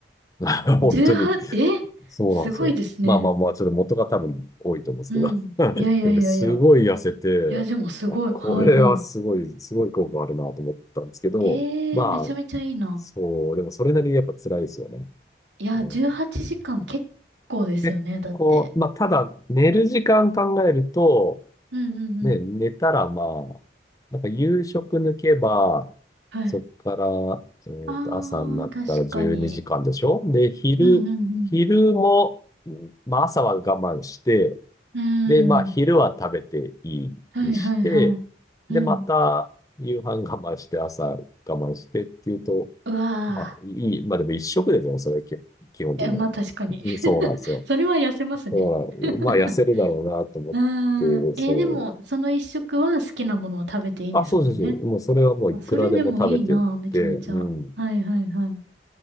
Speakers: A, on the left; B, on the right.
A: <laughs> 本当に、
B: ?18、えすごいですね。
A: そうなんですよ。まあまあまあ、ちょっと元が多分多いと思うんですけど。
B: うん。いやいやいやいや。
A: で、俺すごい痩せて、
B: いや、でもすごい。
A: あ、これはすごい、
B: はいはい。
A: すごい効果あるなと思ったんですけど、
B: ええ、
A: まあ、
B: めちゃめちゃいいな。
A: そう、でもそれなりにやっぱ辛いですよね。
B: いや、
A: うん、
B: 18時間結構ですよね、
A: 結構、
B: だって。
A: まあ、ただ、寝る時間考えると、
B: うんうんうん。
A: ね、寝たらまあ、なんか夕食抜けば、
B: はい。
A: そっから、えーと、
B: ああ、
A: 朝になったら12時間でしょで、
B: 確かに。
A: 昼、
B: うんうん
A: 昼も、まあ朝は我慢して、
B: うん。
A: で、まあ、
B: うーん。
A: 昼は食べていいにして、
B: はいはいはい。
A: で、
B: うん。
A: また夕飯我慢して、朝我慢してっていうと、
B: うわ
A: まあ、いい、まあでも一食ですよね、それ、基基本的には。
B: ー。え、まあ確かに。
A: うんそうなんですよ。
B: <laughs> それは痩せますね。
A: だから、
B: <laughs>
A: まあ、痩せるだろうなと思って、
B: うーん。えーでも、
A: そ
B: その一食は好きなものを食べていいんですもんね。
A: う。あ、そうそうそう。もう、それはもういくらでも食べてよくて、
B: あ、それでもいいな、めちゃめちゃ。
A: うん。
B: はいはいは